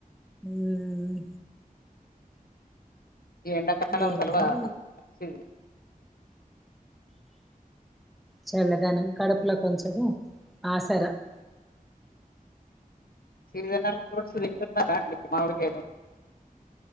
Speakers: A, in the centre; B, on the left.
A: ఊమ్
B: ఈ ఎండాకాలం
A: ఏమండి
B: సెలవా <unintelligible>
A: చల్లదనం కడుపులో కొంచము ఆసర <inaudible>
B: సీజనల్ ఫ్రూట్స్ తింటున్నారా అండి మామిడికాయలు